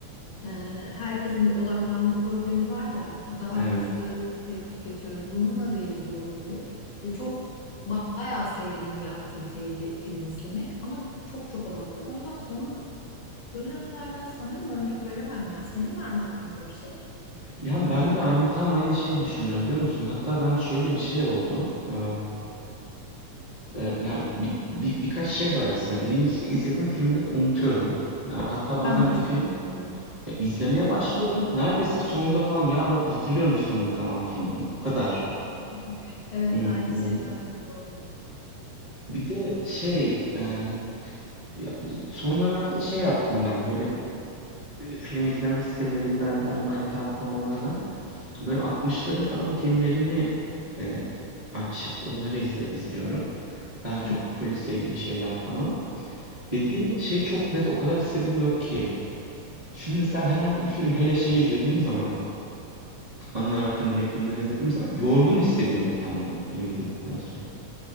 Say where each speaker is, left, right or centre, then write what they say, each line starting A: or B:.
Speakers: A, on the left; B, on the right.
A: e, herkesin bir odaklanma problemi var ya. Daha
B: Evet.
A: hızlı içerik tüketiyoruz. Bununla da ilgili olabilir. E, çok ba- bayağı sevdiğim bir aktiviteydi film izlemek ama çok çok azalttım. O yüzden son dönemlerden sanırım örnek veremem ya. Senin var mı aklında bir şey?
B: Ya ben de aynı tam aynı şeyi düşünüyorum biliyor musun? Hatta ben şöyle bir şey oldu. Ee, e, yani bir, bir- birkaç şey var aslında. Birincisi izlediğim filmleri unutuyorum. Ya hatta bazen
A: Ben de
B: bir
A: çok
B: film
A: unutuyorum.
B: ya izlemeye başlıyorum. Neredeyse sonunda falan ya hatırlıyorum sonunu falan filmin. O kadar
A: <laughs> Evet,
B: unutma
A: aynı şey
B: oluyor.
A: bende de oluyor.
B: Bir de şey e, ya son dönemde şey yaptım ben böyle e, film izleme sitelerinden, online platformlardan böyle 60'ların falan filmlerini e, açıp onları izle, izliyorum. Daha çok
A: Hı.
B: polisiye gibi şeyler falan. Dediğin şey çok net o kadar hissediliyor ki. Şimdi mesela herhangi bir film hele şey izlediğim zaman, ana akım yapımları izlediğim zaman yorgun hissediyorum kendimi bak film izledikten sonra.